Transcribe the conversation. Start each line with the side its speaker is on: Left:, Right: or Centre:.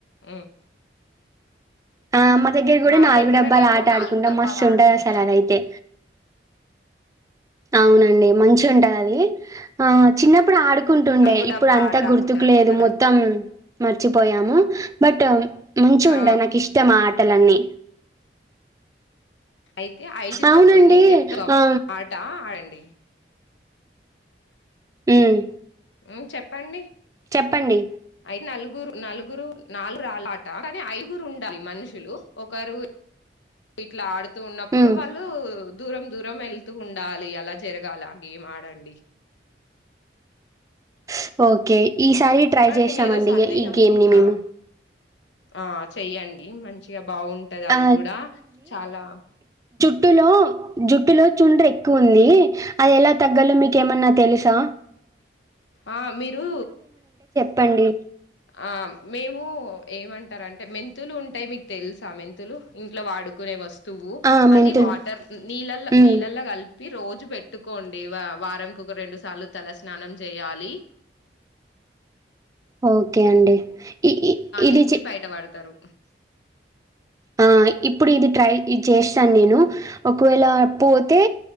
Left: ఉమ్
Right: ఆ అమ్మ దగ్గర కూడా
Left: మా
Right: నాలుగు
Left: దగ్గరనేమో
Right: డబ్బాలు ఆట
Left: నాలుగు
Right: ఆడుకుంటం,
Left: డబ్బాలు
Right: మస్తు
Left: ఆడుకుంటారు
Right: ఉంటదసలు అదైతే. అవునండి మంచి చూ ఉంటది అది, ఆ చిన్నప్పుడు ఆడుకుంటుండే
Left: నలుగు
Right: ఇప్పుడు
Left: డబ్బా
Right: అంతా
Left: ఆట ఆడుకుంటారు
Right: గుర్తుకు లేదు
Left: అందరు కలిసి.
Right: మొత్తం మర్చిపోయాము, బట్ మంచి
Left: ఆ
Right: ఉంటది నాకు ఇష్టం ఆ ఆటలన్నీ.
Left: అయితే ఐదుగురు
Right: అవునండి
Left: నేను చెప్తా
Right: ఆ
Left: ఆట ఆడండి.
Right: ఉమ్
Left: ఉమ్ చెప్పండి
Right: చెప్పండి
Left: అయితే నలుగురు నలుగురు నాలుగు రాళ్ల ఆట, కానీ ఐగురు ఉండాలి మనుషులు. ఒకరు ఇట్లా ఆడు తూ ఉన్నప్పుడు
Right: ఉమ్
Left: వాళ్ళు దూరం దూరం వెళ్తూ ఉండాలి అలా జరగాలి, ఆ గేం ఆడండి.
Right: స్ ఓక్ కే ఈసారి
Left: చెప్పండి
Right: ట్రై చేశామండి
Left: మీదో సందేహం
Right: ఈ గేమ్ని
Left: ఉంది
Right: మేము
Left: ఆ ఆ చెయ్యండి మంచి చిగా బాగుంటది అది
Right: ఆ!
Left: గుడ చాలా
Right: ట్టులో జుట్టులో చుండ్ర ఎక్కువ ఉంది, అది ఎలా తగ్గాలో మీకేమన్నా తెలుసా?
Left: ఆ మీరు
Right: పండి
Left: ఆ మేము ఏమంటారంటే మెంతులు ఉంటయి, మీకు తెలుసా మెంతులు ఇంట్లో వాడుకునే వస్ తువు
Right: ఆ! మెంతులు
Left: అది వాటర్ నీళ్ళల్లో
Right: హ్మ్.
Left: నీళ్ళల్లో కల్ కి రోజు పెట్టుకోండి, వ వారంకి ఒక రెండు సార్లు తల స్నానం జేయాలి.
Right: ఓకే అంటడి ఈ ఇ ఇ ఇది
Left: నుంచి
Right: చి
Left: బయటపడతారు
Right: ఆ ఇప్ ఇప్పుడు ఇది ట్రై ఇది చేస్తను నేను, ఒకవేళ పోతే